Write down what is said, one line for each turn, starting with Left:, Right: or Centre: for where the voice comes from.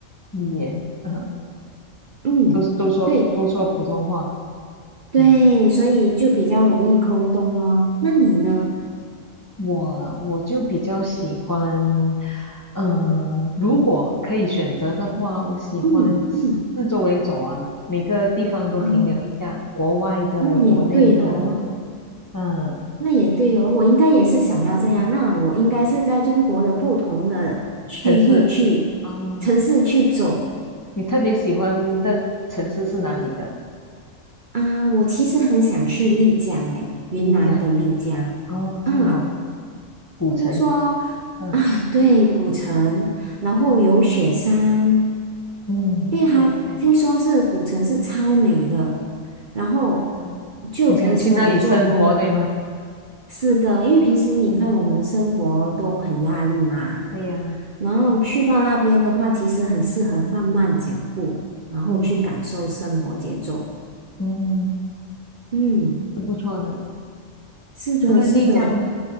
Left: 语言，嗯，
Right: 嗯，
Left: 都都说都说普通话，
Right: 对对，
Left: 嗯，
Right: 所以就比较容易沟通哦。那你呢？
Left: 我我就比较喜欢，嗯、如果可以选择的话，我喜欢四周围走啊，
Right: 嗯嗯，
Left: 每个地方都停留一下，
Right: 哦，
Left: 国外的、
Right: 那也对哦。
Left: 国内的，嗯，
Right: 那也对哦，我应该也是想要这样。那我应该是在中国的不同的区域去
Left: 城市，哦，
Right: 城市去走
Left: 你特别喜欢的城市是哪几个？
Right: 啊。我其实很想去丽江，诶，云南的丽江。
Left: 丽江，哦，
Right: 啊，
Left: 是哦，古城，
Right: 听说
Left: 嗯
Right: 啊，对，古城，然后有雪山，
Left: 嗯，
Right: 因为它听说是古城是超美的。
Left: 对对对，
Right: 然后
Left: 嗯，
Right: 就平时我们做工。
Left: 你想去那里生活，对吗？
Right: 是的，因为平时你看我们生活都很压力嘛，
Left: 嗯，对呀，
Right: 然后去到那边的话，其实很适合放慢脚步，然后去感受生活节奏。
Left: 嗯嗯，
Right: 嗯，
Left: 是不错的。
Right: 是的，
Left: 除了丽江呢，
Right: 是的。